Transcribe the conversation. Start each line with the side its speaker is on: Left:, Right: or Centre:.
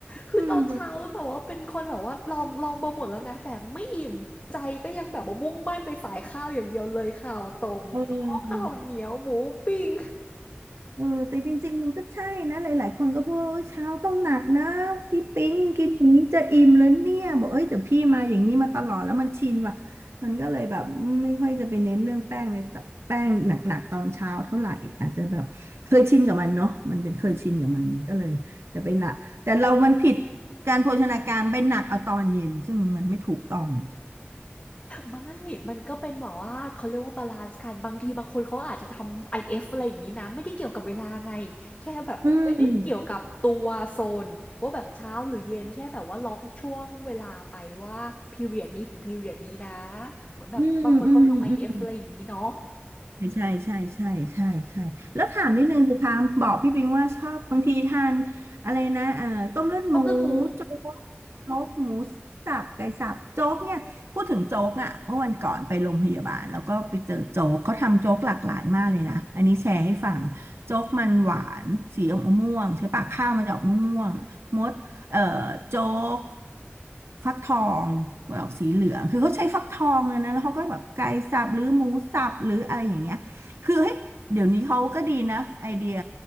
Left: คือตอนเช้าแบบว่าเป็นคนแบบว่าลองลองมาหมดแล้วนะแต่ไม่อิ่มใจก็ยังแบบว่ามุ่งมั่นไปสายข้าวอย่างเดียวเลยข้าวต้มโจ๊กข้าวเหนียวหมูปิ้ง
Right: อืมเออ เออแต่จริงๆมันก็ใช่นะหลายๆคนก็พูดว่าเช้าต้องหนักนะพี่ปิ๊งกินอย่างนี้จะอิ่มเลยเนี่ยบอกเอ้ยแต่พี่มาอย่างนี้มาตลอดแล้วมันชินว่ะมันก็เลยแบบไม่ค่อยจะไปเน้นเรื่องแป้งในแป้งหนักๆตอนเช้าเท่าไหร่อาจจะแบบเคยชินกับมันเนาะมันเป็นเคยชินกับมันมันก็เลยจะไปหนักแต่เรามันผิด
Left: อืม
Right: การโภชนาการไปหนักเอาตอนเย็นซึ่งมันไม่ถูกต้องเนี่ย
Left: ไม่มันก็เป็นแบบว่าเขาเรียกว่าบาลานซ์กันบางทีบางคนเขาอาจจะทำ IF อเอฟอะไรอย่างนี้นะไม่ได้เกี่ยวกับเวลาไงแค่แบบเอ้ยไม่ได้เกี่ยวกับตัวโซนว่าแบบเช้าหรือเย็นแค่แบบว่าล็อกช่วงเวลาไปว่า
Right: อืม
Left: period นี้ถึง period นี้นะเหมือนแบบบางคนเขาทำ
Right: อืมอืมอืม
Left: i เอฟอะไรอย่างนี้เนาะ
Right: ใช่ใช่ใช่ใช่ใช่ใช่แล้วถามนิดนึงสิคะบอกพี่ปิงว่าชอบบางทีทานอะไรนะเอ่อต้มเลือดหมู
Left: ต้มเลือดหมู
Right: โจ๊กโจ๊กหมูสับไก่สับโจ๊กเนี่ยพูดถึงโจ๊กอ่ะเมื่อวันก่อนไปโรงพยาบาลแล้วก็ไปเจอโจ๊กเขาทำโจ๊กหลากหลายมากเลยนะอันนี้แชร์ให้ฟังโจ๊กมันหวานสีอมม่วงใช่ปะข้าวมันจะออกม่วงๆมด เอ่อโจ๊กฟักทองไว้ออกสีเหลืองคือเขาใช้ฟักทองเลยนะแล้วเขาก็แบบไก่สับหรือหมูสับหรืออะไรอย่างเงี้ยคือเฮ้ยเดี๋ยวนี้เขาก็ดีนะไอเดีย